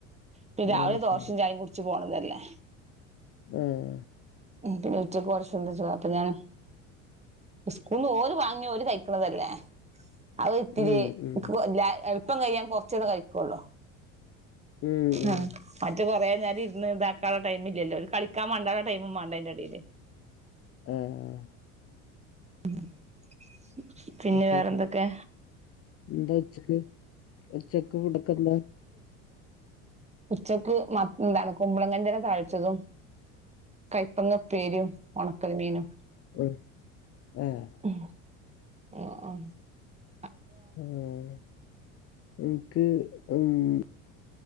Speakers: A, on the right; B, on the left.
A: പിന്നെ രാവിലെ
B: ആഹ്
A: ദോശിം
B: ശരി
A: ചായിം കുട്ച്ച് പോണതല്ലേ
B: ഉം
A: ഉം പിന്നെ ഉച്ചക്ക് ഓരെ തുള്ളി ചോറാ അപ്പൊ ഞാന് സ്കൂന്ന് ഓല് വാങ്ങിഓല് കഴിക്ക്ണതല്ലേ അഒര്ത്തിരി
B: ഉം ഉം
A: ക്ക്ല്ല എള്പ്പം കയ്യാൻ കൊറച്ചാെര് കഴിക്കൊള്ളൂ
B: ഉം ഉം
A: ആഹ് മറ്റേ കാെറേ നേരം ഇര്ന്ന് ഇതാക്കാള്ള ടൈം ഇല്ലല്ലോ ഓൽക്കളിക്കാൻ മണ്ടാള്ള ടൈമും മാണ്ട് ണ്ടെഅയ്ന്റെടീല്
B: ഉം
A: <inaudible>
B: അഅ്സെര്യാ
A: വേറെന്തൊക്കെ
B: എന്താ ഉച്ചക്ക് ഉച്ചക്ക് ഫുഡൊക്കന്താ
A: ഉച്ചക്ക് മ എന്താണ് കുമ്പളങ്ങന്റെല താൾച്ചതും കൈപ്പങ്ങ ഉപ്പേരിം ഒണക്കൽ മീനും
B: ഉം ഏഹ്
A: <unintelligible>
B: ഉം ഇൻക്ക് ഉം